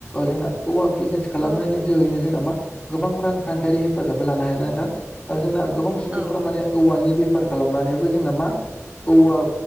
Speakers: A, on the left; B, on the right.
A: जोंना औवा बिजनेस खालामनायनि
B: औ औ नंगौ
A: जोहैनो जोंना मा गोबां रांखान्थियारि हेफाजाब लानो हायो ना नोंथां जोंना गोबां सुबुंफ्रा
B: औ
A: माने औवानि बेफार खालामनानैबो जोंना मा औवा